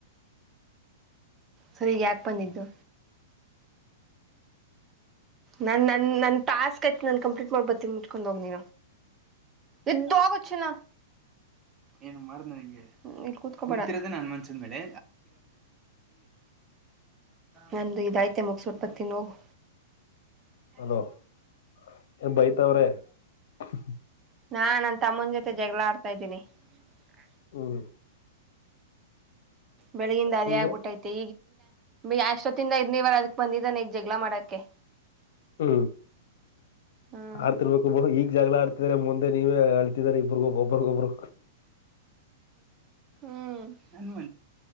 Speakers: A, on the right (about 20°); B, on the left (about 65°).
A: ಸರಿ ಈಗ ಯಾಕ್ ಬಂದಿದ್ದು ನನ್ನನ್ನ ಟಾಸ್ ಕಂಪ್ಲೇಂಟ್ ಮಾಡಿಕೊಂಡು ಬರ್ತೀನಿ ಎದ್ದೋಗೋ ಚಿನ್ನ ಇಲ್ಲಿ ಕೂತ್ಕೋ ಬೇಡ ಕುಂತ್ಕೊಂತಿರೋದೆ ನನ್ ಮಂಚದ ಮೇಲೆ ನಂದು ಇದಾಯಿತು ಸ್ವಲ್ಪ ಹೊತ್ತು ಇನ್ನೂ ಹೋಗು
B: ಹಲೋ <unintelligible>
A: ನಾನ ನನ್ನ ತಮ್ಮನ ಜೊತೆ ಜಗಳ ಆಡುತ್ತಿದ್ <unintelligible>
B: <unintelligible>
A: ಬೆಳಗ್ಗೆಯಿಂದ ಅದ್ಯಾಗ್ಬಿಟ್ಟಿದೆ
B: ಹಂಗೆ
A: <inaudible> ಎದಕ್ಕೆ ಬಂದಿದ್ದಾನೆ ಜಗಳ ಮಾಡಕ್ಕೆ
B: ಹು
A: ಹ್ಮ್
B: ಆಡುತ್ತಿರಬೇಕು ಈಗ ಜಗಳ ಮುಂದೆ ನೀವು ಹೇಳುತ್ತಿದ್ದಾರೆ ಒಬ್ಬರಿಗೊಬ್ರು
A: ಹ್ಮ್